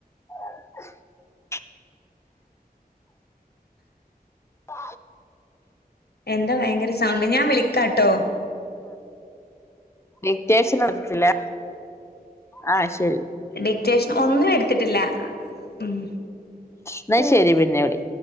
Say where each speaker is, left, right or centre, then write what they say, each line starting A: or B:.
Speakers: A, on the left; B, on the left.
A: <inaudible> ആ
B: എന്താ ഭയങ്കര സൗണ്ട് ഞാൻ വിളിക്കാട്ടോ
A: ഡിറ്റേഷൻ നടത്തില്ല ആഹ് ശരി
B: ഡിക്റ്റേഷൻ ഒന്നും എടു ത്തിട്ടില്ല ഉം
A: എന്നാ ശരി പിന്നെ വിളി